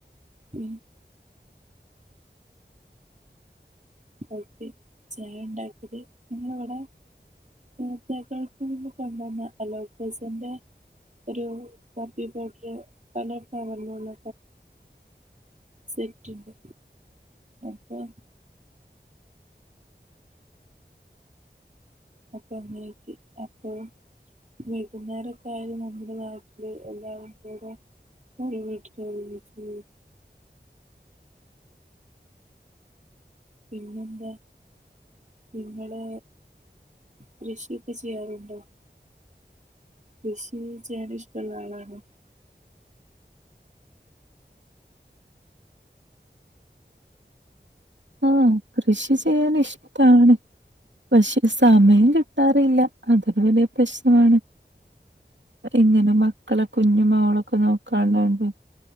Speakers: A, on the right (about 40°); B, on the right (about 80°).
A: <inaudible> ഫുഡ്‌ ചായണ്ടാക്കല് നിങ്ങള് വടെ. പ്രർത്തകൾക്ക് നിന്ന് കൊണ്ടന്ന അലോക്കസിന്റെ. ഒരു കോപ്പി പൗഡർയോ പലോ കലർ ഫ്ലവറിനുള്ള സെറ്റ്ണ്ട് അപ്പൊ അപ്പെൻങ്ങേക്ക് അപ്പൊ വൈകുന്നേരൊക്കെ ആയാല് നമ്മുടെ നാട്ടില് എല്ലാരും കൂടും. ഒരു വിട്ട് ല് ഒരുമിച്ച് കൂടും പിനെന്താ? നിങ്ങള് കൃഷിയൊക്കെ ചെയ്യാറുണ്ടോ? കൃഷി ചെയ്യാൻ ഇഷ്ട്ട്ള്ള ആളാണൊ?
B: ആഹ കൃഷി ചെയ്യാനിഷ്ട്ടാണ്. പക്ഷെ സമയം കിട്ടാറില്ല അതൊരു വലിയ പ്രശ്- ഞാന് ഇങ്ങനെ മക്കളൊക്കെ- കുഞ്ഞു മോളൊക്കെ നോക്കാള്ളോണ്ട്